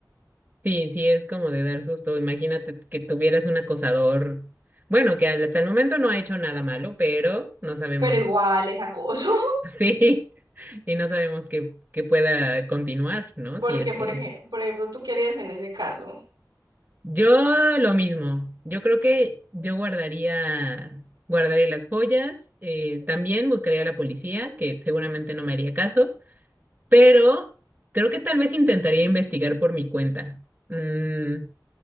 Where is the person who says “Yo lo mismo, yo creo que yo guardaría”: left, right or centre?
Right